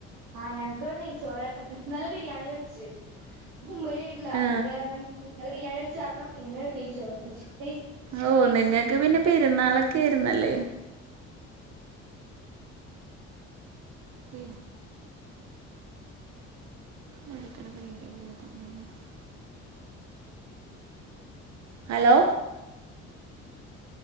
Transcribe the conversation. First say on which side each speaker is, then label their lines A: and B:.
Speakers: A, on the right (about 85°); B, on the right (about 60°).
A: ആഹ് ഞഞക്ക്വ്ടെ നെയ്ചോറായിരുന്നു ഇന്നലെ ബിരിയാണി വെച്ച് ഉമ്മടെ വീടിലാ
B: ആ
A: അത് കാരണം ഇന്നലെ ബിരിയാണി വെച്ച് കാരണം ഇന്ന് നെയ് ചോർ വെച്
B: ഓ നിങ്ങൾക്ക് പിന്നെ പെരുന്നാളൊക്കൊയിരുന്നല്ലേ ഉം ഇ ഇടയ്ക്കിടയ്ക്ക് വേറെ കൊണ്ടന്നു <unintelligible> ഹെലോ